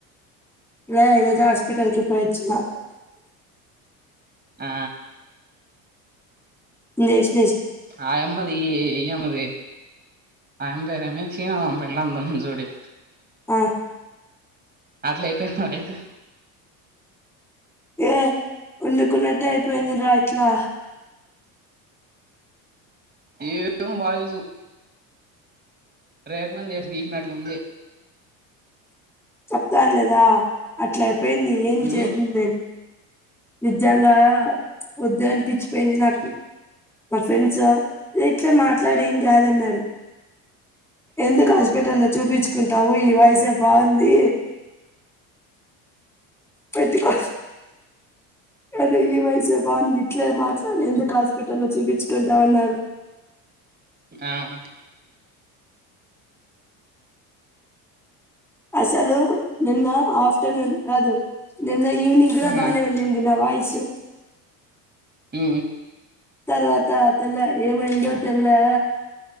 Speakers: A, in the centre; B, on the right (about 20°).
A: లే ఈరోజు హాస్పిటల్కి పోయొచ్చినా
B: ఆ
A: జస్
B: ఆ యమ్మది ఈ అమ్మది ఆయమ్ పేరేమి సీను మామం పెండ్లాం ఉంది చూడి
A: ఆ
B: అట్లైతదోమో అయిత
A: ఏ ఉండుకున్నట్టే అయిపోయిందిరా ఇట్లా
B: ఏం <inaudible> వాయిసు రేఖ మింది ఏసి గీకిినట్లు ఉంది
A: చెప్తాండ్లేదా అట్లా ఐపేంది ఏం
B: ఉమ్
A: చేత్దును నేను నిజంగా వద్దు అనిపిచ్పోయింది నాకి మా ఫ్రెండ్స్ ఎ ఇట్లా మాట్లాడు ఏం కాదన్నారు ఎందుకు హాస్పిటల్లో చూపిచ్కుంటావు ఈ వాయ్సే బాగుం ఉంది పెట్టుకో అదే ఈ వాయిసే బాగుంది ఇట్లే మాట్లాడు ఎందుకు హాస్పిటల్లో చూపిచ్కుంటావు అన్నారు
B: ఆహ
A: అసలు నిన్న ఆఫ్టర్నూన్ కాదు నిన్న ఈవనింగ్
B: ఆ
A: కూడా బానే ఉనింది నా వాయిస్
B: ఉమ్
A: తర్వాత తెల్ల ఏమైందో తెల్లె